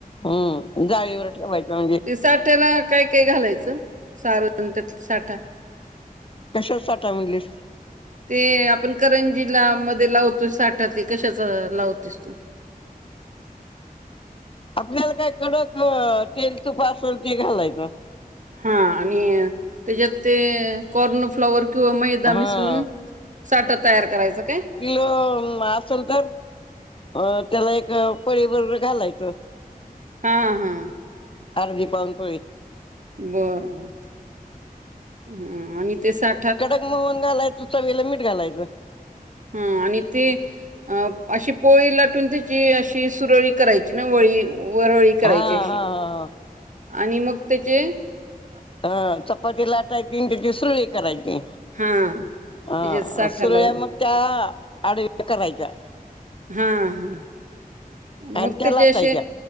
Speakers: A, on the left (about 35°); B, on the right (about 55°).
A: हम्म जाळीवर ठवायचं म्हणजे
B: ते साठ्याला काय काय घालायचं? सारण त्यात साठा
A: कशाचं साठा म्हणलीस?
B: ते आपण करंजीला मध्ये लावतोय साठा ते कशाचं लावतीस तू?
A: आपल्याला काय कडक तेल तुप असंल ते घालायचं.
B: हा आणि त्याच्यात ते कॉर्न फ्लॉवर किंवा मैदा मिसळून
A: हा
B: साठा तयार करायचं काय?
A: लोम असंल तर? अ त्याला एक पळीभर घालायचं.
B: हा हा.
A: अर्धी पाऊण पळी.
B: बर बर. हम्म आणि ते सा
A: कडक मोहन घालायचं चवीला मीठ घालायचं.
B: हा आणि ते अ अशी पोळी लाटून त्याची अशी सुरळी करायची ना वळी वरळी करायची
A: हा हा
B: अशी
A: हा
B: आणि मग त्याची
A: ह चपाती लाटायची अन त्याची सुरळी करायची.
B: हा.
A: हा
B: त्याच्यात साठा
A: सुरळ्या
B: लावून
A: मग त्या आडव्या करायच्या.
B: हा हा मग
A: आणि त्या
B: त्याचे
A: लाटायच्या
B: असे